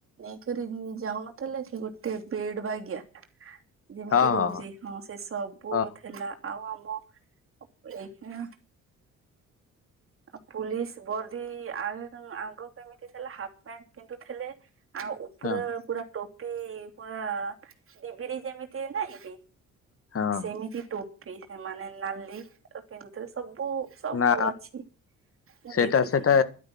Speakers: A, on the right (about 45°); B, on the left (about 50°).
A: ନେଇକରି ଉଁ ଯାଉନଥିଲେ କି ଗୋଟେ ବେଡ୍ ବାଗିଆ ଯେମିତି
B: ହଁ ହଁ ହଁ
A: ରହୁଚି ହଁ ସେ ସବୁ
B: ହଁ
A: ଥିଲା ଆଉ ଆମ ଏଇଖିଣା ଆ ପୁଲିସ ବର୍ଦ୍ଦି ଆଗ <unintelligible> ଆଗ କେମିତି ଥିଲା ହାପ୍ ପ୍ୟାଣ୍ଟ ପିନ୍ଧୁଥିଲେ ଆଉ ଉପରେ
B: ହଁ
A: ପୁରା ଟୋପି ପୁରା ଡିବିରି ଯେମିତି ନାଇଁ କି
B: ହଁ
A: ସେମିତି ଟୋପି ସେମାନେ ନାଲି ଏ ପିନ୍ଧୁଥିବେ ସବୁ ସବୁ
B: ନା
A: ଅଛି। ମୁଁ
B: ସେଟା
A: ଦେଖିଛି
B: ସେଟା